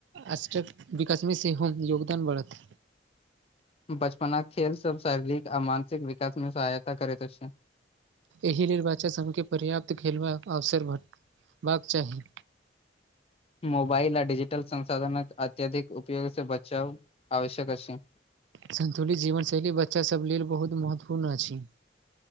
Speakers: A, on the right (about 75°); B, on the left (about 30°).
A: आष्टक विकासमे सेहो योगदान बढ़त
B: बचपना क खेल सब शारीरिक आ मानसिक विकास मे सहायता करैत अछि
A: एहि लेल बच्चा सबके पर्याप्त खेलबाक अवसर भेटबाक चाही
B: मोबाइल आ डिजिटल संसाधनक अत्यधिक उपयोग से बचाओं आवश्यक आछि
A: संतुलित जीवन शैली बच्चा सब लेल बहुत महत्वपूर्ण अछि